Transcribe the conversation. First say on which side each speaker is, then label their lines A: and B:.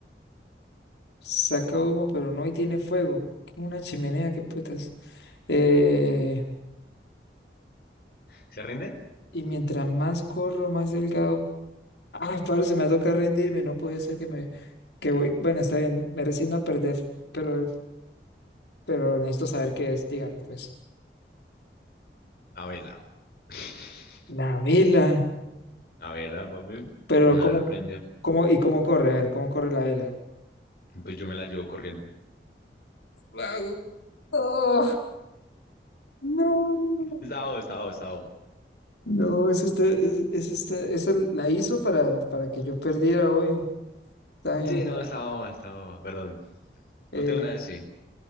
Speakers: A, on the left; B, on the left.
A: saca humo, pero no y tiene fuego. Que es una chimenea, qué putas. Eh,
B: ¿Se rinde?
A: y mientras más corro, más delgado. Ah, padre, se me toca rendirme, no puede ser que me que voy. Bueno, está bien, me resigno a perder, pero, pero necesito saber qué es, dígame pues.
B: Una vela. <laughs>
A: La vela.
B: Una vela, papi.
A: Pero
B: Una
A: cómo,
B: vela prende.
A: cómo, y cómo corre, a ver, cómo corre la vela.
B: Pues yo me la llevo corriendo.
A: Vago. Oh, no.
B: Está boba, está boba, está boba.
A: No, eso está, es- es esta- esa la hizo para, para que yo perdiera, obvio. Está bien.
B: Sí, no, está boba, está boba, perdón.
A: Eh,
B: Ponte una de sí.